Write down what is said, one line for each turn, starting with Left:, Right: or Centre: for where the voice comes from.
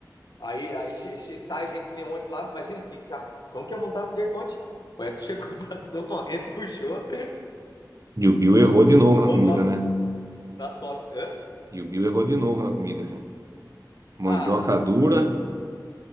Left: Aí, aí che- che- sai gente que nem ontem lá, imagina, que car- como que ia montar cerca ontem. O Eto chegou, <laughs> passou correndo, puxou.
Right: E o Bill errou de novo
Left: O
Right: na
Left: dono
Right: comida,
Left: tá,
Right: né?
Left: tá, tá top. Hã?
Right: E o Bill errou de novo na comida, cara. Mandioca
Left: Ah,
Right: dura.
Left: cus- cus-